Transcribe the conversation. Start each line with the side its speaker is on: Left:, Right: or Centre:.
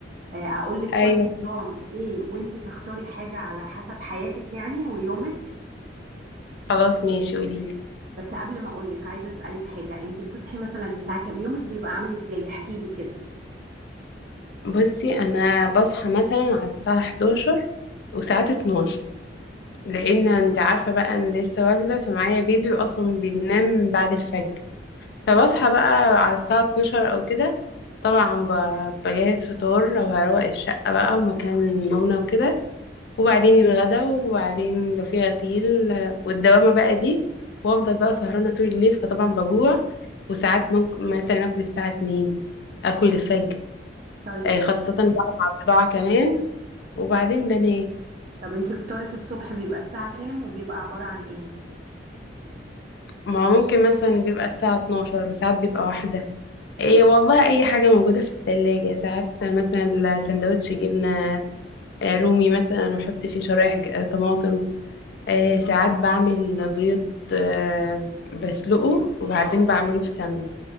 Right: آه، اقول لك
Left: ايوه
Right: كل نظام ايه وانت تختاري حاجه على حسب حياتك يعني ويومك
Left: خلاص ماشي قوليلي
Right: بس قبل ما اقول لك عايزه اسالك حاجه انت بتصحي مثلا الساعه كام يومك بيبقى عامل ازاي احكي لي كده
Left: بصي انا بصحى مثلا على الساعه 11 وساعات 12 لان انت عارفه بقى انا لسه والده فمعايا بيبي واصلا بينام بعد الفجر فبصحى بقى على الساعة 12 أو كده طبعا ب- بجهز فطار وهروق الشقة بقى ومكان نومنا وكده وبعدين الغدا وبعدين لو في غسيل آه، والدوامة بقى دي وأفضل بقى سهرانة طول الليل فطبعا بجوع وساعات ممكن مثلا آكل الساعة 2 آكل الفجر
Right: طيب
Left: آه، خاصة
Right: ماشي.
Left: بقى مع البضاعة كمان وبعدين بنام
Right: طب انتي فطارك الصبح بيبقى الساعة كام وبيبقى عبارة عن ايه؟
Left: ما ممكن مثلا بيبقى الساعة 12 وساعات بيبقى واحدة ايه والله اي حاجة موجودة في التلاجة ساعات مثلا سندوتش جبنة آه، رومي مثلا واحط فيه شرايح ج- آه، طماطم آه، ساعات بعمل بيض آه، بسلقه وبعدين بعمله في سمنة